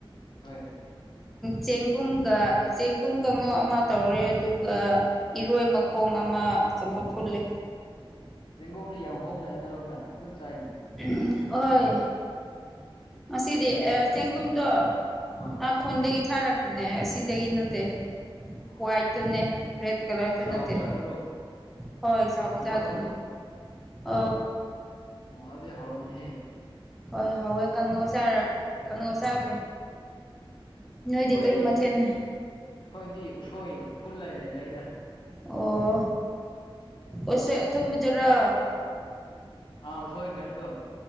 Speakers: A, on the left; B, in the centre.
A: ꯍꯣꯏ
B: ꯆꯦꯡꯒꯨꯝꯒ ꯆꯦꯡꯒꯨꯝ ꯀꯥꯡꯉꯧ ꯑꯃ ꯇꯧꯔꯦ ꯑꯗꯨꯒ ꯏꯔꯣꯏ ꯃ ꯈꯣꯡ ꯑꯃ ꯆꯝꯐꯨꯠ ꯐꯨꯜ ꯂꯦ
A: ꯆꯦꯡꯒꯣꯝꯁ ꯌꯥꯝ ꯍꯣꯡꯝꯗꯥꯏꯅꯤ ꯅꯔꯣꯝꯗꯥꯏ ꯑꯗꯨꯝ ꯆꯥꯏꯅꯤ
B: ꯎꯝ ꯍꯣꯏ ꯉꯁꯤꯗꯤ ꯆꯦꯡꯒꯨꯝꯗꯣ
A: ꯑꯥ
B: ꯑꯥ ꯈꯨꯟꯗꯒꯤ ꯊꯥꯔꯛꯄꯅꯦ ꯑꯁꯤꯗꯒꯤ ꯅꯠꯇꯦ
A: ꯑꯣ
B: ꯍꯋꯥꯏꯠ ꯇꯅꯦ ꯔꯦꯠ ꯀꯂꯔ ꯇ
A: ꯆꯥꯎꯕꯖꯥꯠꯇꯨꯔꯣ
B: ꯅꯠꯇꯦ ꯍꯣꯏ ꯆꯕꯖ
A: ꯂꯩꯕꯥꯛꯇ
B: ꯑꯗꯨꯅ ꯑ
A: ꯑꯣꯗ ꯍꯔꯝꯅꯤꯍꯦ
B: ꯍꯣꯏ ꯍꯥꯎꯋꯦ ꯀꯥꯡꯉꯧ ꯀꯥꯡꯉꯧ ꯆꯥꯈ꯭ꯔꯦ
A: ꯑꯩꯈꯣꯏꯗꯤ
B: ꯅꯣꯏ ꯗꯀꯔꯤ ꯃꯊꯅ
A: ꯑꯩꯈꯣꯏꯗꯤ ꯎꯁꯣꯏ ꯐꯨꯠ ꯂꯩꯔꯦꯗꯩꯗ
B: ꯑꯣ ꯑꯣꯁꯣꯏ ꯑꯊꯪꯕꯗꯨꯔꯣ
A: ꯑꯥꯎ ꯁꯣꯏ ꯀꯅꯤꯗꯣ